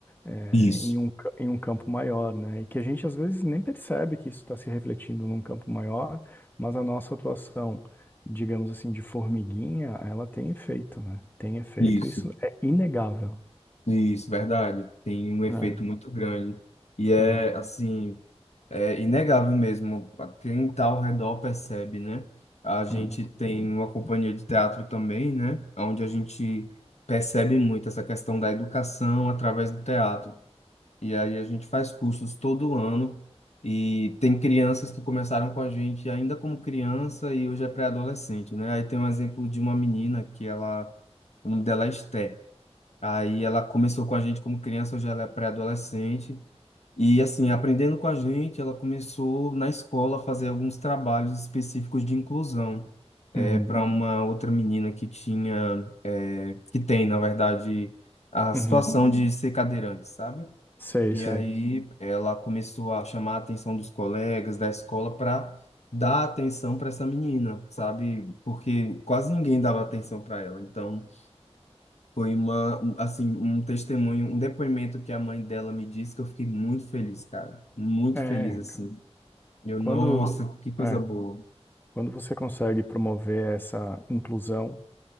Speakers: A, on the left; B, on the left.
A: é,
B: isso,
A: em um, ca- em um campo maior, né, e que a gente às vezes nem percebe que isso está se refletindo num campo maior, mas a nossa atuação, digamos assim, de formiguinha, ela tem efeito, né, tem efeito,
B: isso,
A: isso é inegável,
B: isso, verdade. Tem um efeito
A: né,
B: muito grande. E é,
A: né,
B: assim, é inegável mesmo. Quem está ao redor percebe, né? A gente
A: né.
B: tem uma companhia de teatro também, né? Onde a gente percebe muito essa questão da educação através do teatro. E aí a gente faz cursos todo ano e tem crianças que começaram com a gente ainda como criança e hoje é pré-adolescente, né? Aí tem um exemplo de uma menina que ela, o nome dela é Esté. Aí ela começou com a gente como criança, hoje ela é pré-adolescente. E assim, aprendendo com a gente, ela começou na escola a fazer alguns trabalhos específicos de inclusão. É,
A: Uhum,
B: para uma outra menina que tinha, é, que tem, na verdade, a situação
A: uhum.
B: de ser cadeirante, sabe?
A: Sei,
B: E
A: sei.
B: aí ela começou a chamar a atenção dos colegas da escola para dar atenção para essa menina, sabe? Porque quase ninguém dava atenção para ela. Então foi uma, um- assim, um testemunho, um depoimento que a mãe dela me disse que eu fiquei muito feliz, cara. Muito
A: É,
B: feliz, assim.
A: cara,
B: Eu,
A: quando,
B: nossa, que coisa
A: é,
B: boa.
A: quando você consegue promover essa inclusão,